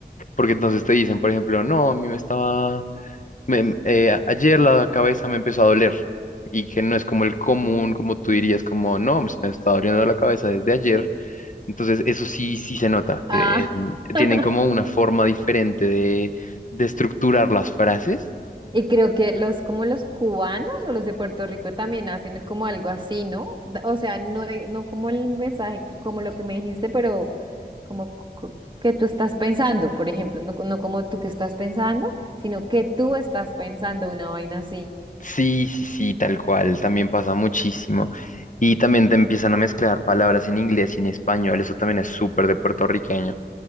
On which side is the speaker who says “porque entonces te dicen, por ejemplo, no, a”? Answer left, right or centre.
Left